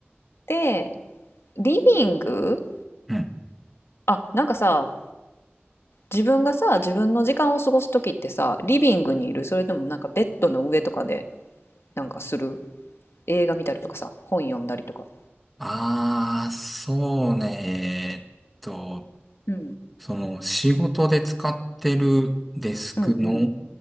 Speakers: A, on the left; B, in the centre.
A: で、リビング
B: うん。
A: あ、なんかさ、自分がさ、自分の時間を過ごす時ってさ、リビングにいるそれともなんかベッドの上とかでなんかする映画見たりとかさ、本読んだりとか。
B: ああ、そうね。えーっと、
A: うん。
B: その仕事で使ってるデスクの、
A: うんうん